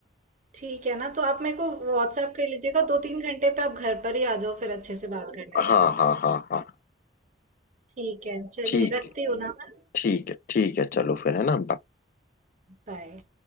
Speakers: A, on the right; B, on the left.
A: ठीक है ना तो आप मेरे को व्हाट्सएप कर लीजिएगा दो तीन घंटे पे आप घर पर ही आ जाओ फिर अच्छे से बात कर लेते
B: हाँ
A: हैं ना
B: हाँ हाँ हाँ
A: ठीक है चलिए
B: ठीक
A: रखती हूँ ना मैं
B: ठीक है ठीक है चलो फिर है ना
A: बाय